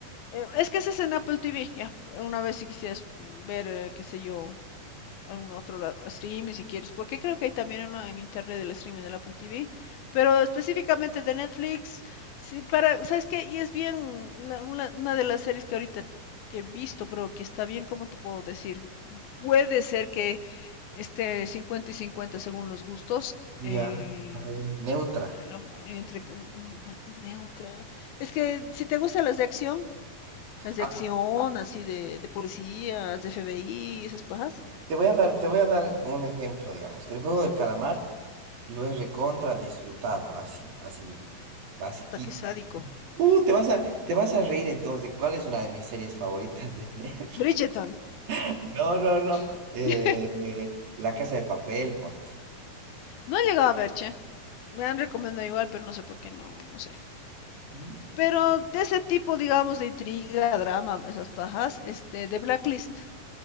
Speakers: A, on the left; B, on the right.
A: eh, es que ese es en Apple TV, ya, una vez si quisieras mm, ver, eh, qué sé yo, algún otro lado, streaming si quieres, porque creo que hay también uno en internet del streaming del Apple TV, pero específicamente de Netflix, sí, para, ¿sabes qué? Y es bien la- una, una de las series que ahorita que he visto, creo que está bien, ¿cómo te puedo decir? Puede ser que esté 50 y 50 según los gustos,
B: ya.
A: eh,
B: A ver, neutra.
A: la entre mm, neutra. Es que si te gustan las de acción, las
B: A
A: de acción,
B: ver,
A: así de, de policías, de FBI, esas pajas.
B: te voy a dar, te voy a dar un ejemplo, digamos. El juego del calamar Lo he recontra disfrutado, así, así, basiquito.
A: Puta, qué sádico.
B: Uh, te vas a, te vas a reír entonces de cuál es una de mis series favoritas de Netflix.
A: Bridgerton,
B: <laughs> No, no, no.
A: <laughs>
B: eh, eh, La Casa de Papel, ponte.
A: no he llegado a ver, che. Me han recomendado igual, pero no sé por qué, no, no sé.
B: Mm,
A: Pero de ese tipo, digamos, de intriga, drama, esas pajas, este, de Blacklist.